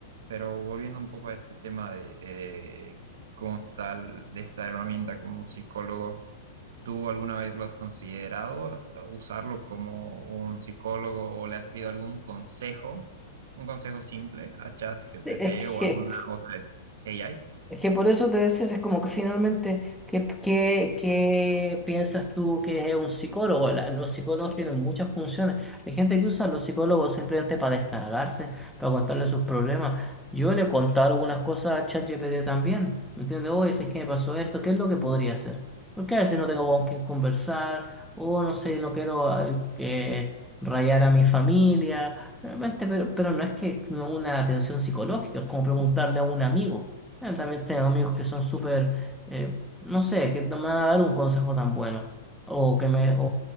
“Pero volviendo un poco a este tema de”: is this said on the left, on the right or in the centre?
Right